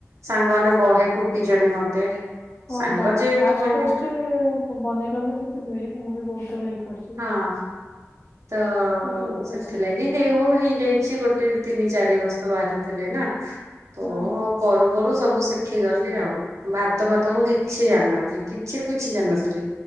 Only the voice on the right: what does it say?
ସାଙ୍ଗମାନେ ବହେ କୁଟିଚନ୍ତି ମତେ।
ସାଙ୍ଗ
ଯେହେତୁ
ମାନେ
ହଁ ତ
ସେଥିଲାଗି ଦେ ବୋଉ ହେଇଯାଇଛି ଗୋଟେ ତିନି ଚାରି ବର୍ଷ ବାହାରେଥିଲେ ନା। ତ
କରୁ ସବୁ ଶିଖିଗଲି ଆଉ। ଭାତ ଫାତ ମୁଁ କିଛି ଜାଣିନଥିଲି କିଛିରୁୁ କିଛି ଜାଣିନଥିଲି।